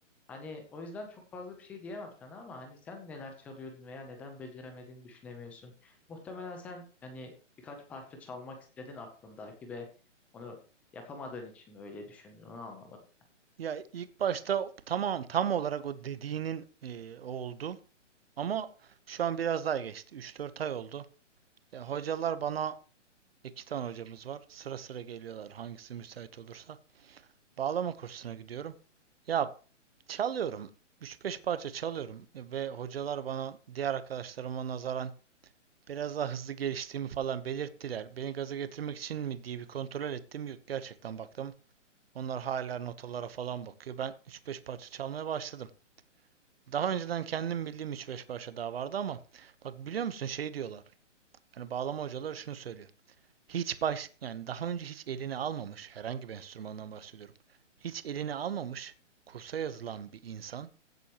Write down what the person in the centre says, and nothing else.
Hani o yüzden çok fazla bir şey diyemem sana ama hani sen neler çalıyordun veya neden beceremediğini düşünemiyorsun. Muhtemelen sen hani birkaç parça çalmak istedin aklındaki ve onu yapamadığın için mi öyle düşündün onu anlamadım.